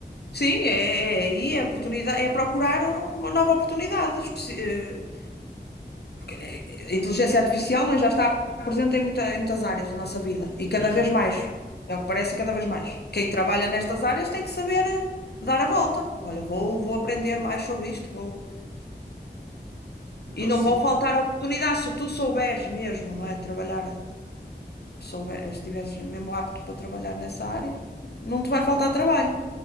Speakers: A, on the left; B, on the right.
A: Sim, é, é aí é a oportunidade, é procurar uma nova oportunidade. especi- eh, Porque eh, eh, a inteligência artificial não é? já está presente em, muita- em muitas áreas da nossa vida e cada
B: Sim, sim.
A: vez mais. É o que parece cada vez mais. Quem trabalha nestas áreas tem que saber eh, dar a volta. Olha, vou, vou aprender mais sobre isto, vou.
B: Epá,
A: E não
B: sim,
A: vão faltar oportunidades se tu souberes mesmo, não é? Trabalhar, souber, estiveres mesmo apto para trabalhar nessa área, não te vai faltar trabalho.